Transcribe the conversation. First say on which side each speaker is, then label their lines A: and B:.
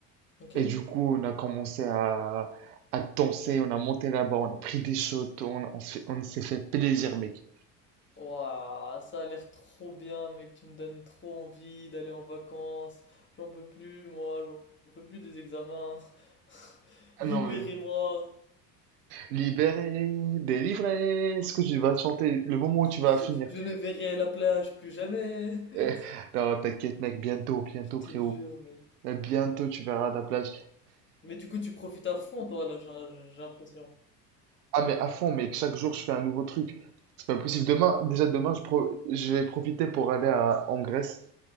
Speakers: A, on the left (about 25°); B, on the right (about 70°).
A: Ok.
B: Et du coup, on a commencé à, à danser, on a monté là-bas, on a pris des shots, on, on s'est on s'est fait plaisir, mec.
A: Waouh, ça a l'air trop bien, mec. Tu me donnes trop envie d'aller en vacances. J'en peux plus, moi. J'en peux plus des examens. <laughs>
B: Ah
A: Libérez-moi.
B: non, mais libéré, délivré, est-ce que tu vas chanter le moment où tu vas
A: Je,
B: finir?
A: je ne verrai la plage plus jamais.
B: Eh,
A: <laughs>
B: non, t'inquiète, mec, bientôt, bientôt,
A: Je te
B: frérot.
A: jure, mec.
B: Bientôt, tu verras la plage.
A: Mais du coup, tu profites à fond, toi, là, j'ai j'ai l'impression.
B: Ah mais à fond, mais chaque jour je fais un nouveau truc. C'est pas possible. Demain, déjà demain, je, pro- je vais profiter pour aller à- en Grèce.